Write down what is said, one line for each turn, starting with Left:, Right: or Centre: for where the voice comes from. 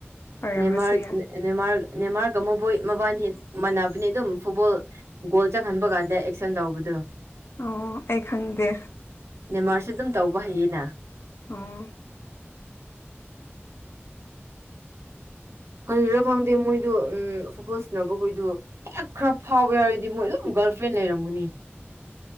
Left: ꯑꯣꯏꯔꯝꯕꯁꯨ
Right: ꯅꯦꯃꯥꯔ-ꯅꯦꯃꯥꯔ-ꯅꯦꯃꯥꯔꯒ
Left: ꯌꯥꯏ
Right: ꯃꯣꯏ ꯃꯕꯥꯅꯤ ꯃꯥꯟꯅꯕꯅꯤ ꯑꯗꯨꯝ ꯐꯨꯠꯕꯣꯜ ꯒꯣꯜ ꯆꯪꯍꯟꯕ ꯀꯥꯟꯗ ꯑꯦꯛꯁꯟ ꯇꯧꯕꯗꯨ
Left: ꯑꯣ-ꯑꯩ ꯈꯪꯗꯦ
Right: ꯅꯤꯃꯔꯁꯦ ꯑꯗꯨꯝ ꯇꯧꯕ ꯍꯩꯌꯦꯅ
Left: ꯑꯣ
Right: ꯀꯔꯤꯔ ꯈꯪꯗꯦ ꯃꯣꯏꯗꯣ ꯎꯝ ꯐꯨꯠꯕꯣꯜ ꯁꯤꯅꯕꯈꯣꯏꯗꯣ ꯍꯦꯛ ꯈꯔ ꯐꯥꯎꯋꯦ ꯌꯥꯎꯔꯗꯤ ꯃꯣꯏ ꯑꯗꯨꯝ ꯒꯔꯜ ꯐ꯭ꯔꯦꯟ ꯂꯩꯔꯝꯒꯅꯤ